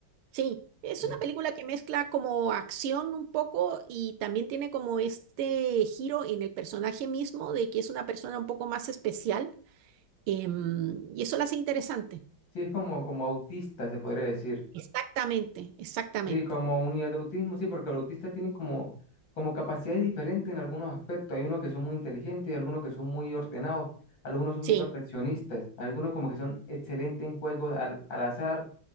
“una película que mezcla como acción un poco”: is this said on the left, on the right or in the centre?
Right